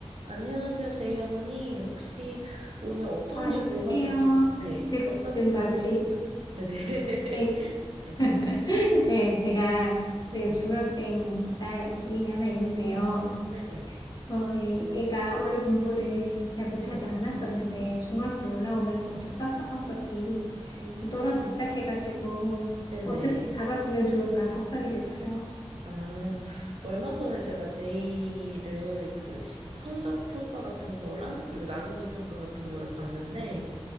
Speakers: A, on the right (about 65°); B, on the left (about 40°).
A: 안녕하세요, 제이 어머니. 혹시 오늘 어떤
B: 아,
A: 일로
B: 안녕하세요.
A: 학교 방, 네,
B: 지금
A: 어떤 일로
B: 말이,
A: 오셨을까요? 네네. <laughs>
B: 네,
A: 아이고.
B: <laughs> 네, 제가
A: 네.
B: 지금
A: 네네.
B: 중학생 딸이 하나 있는데요.
A: 네네.
B: 저희 애가 원래 공부를 잘 못하지
A: 네네.
B: 않았었는데, 중학교 올라오면서부터 수학 성적이
A: 음,
B: 좀 떨어지기 시작해가지고,
A: 네네.
B: 어떻게 잡아주면 좋을까 걱정이 돼서요.
A: 아, 얼마 전에 제가 제이를 그 시- 성적 평가 같은 거랑 그리고 난이도 평가 같은 거를 봤는데,